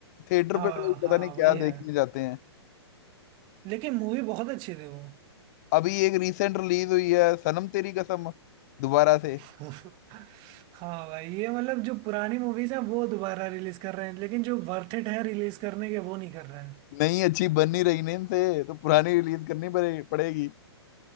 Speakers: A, on the left; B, on the right.
A: थिएटर
B: हाँ
A: पे लोग
B: हाँ
A: पता नहीं
B: वही
A: क्या
B: है
A: देखने जाते हैं
B: लेकिन मूवी बहुत अच्छी थी वो
A: अभी एक रिसेंट रिलीज हुई है सनम तेरी कसम दोबारा से
B: <laughs> हाँ भाई ये मतलब जो पुरानी मूवीज हैं वो दोबारा रिलीज कर रहे हैं लेकिन जो वर्थ इट है रिलीज करने के वो नहीं कर रहे हैं
A: नहीं अच्छी बन नहीं रही ना इनसे तो पुरानी रिलीज करनी पड़े, पड़ेगी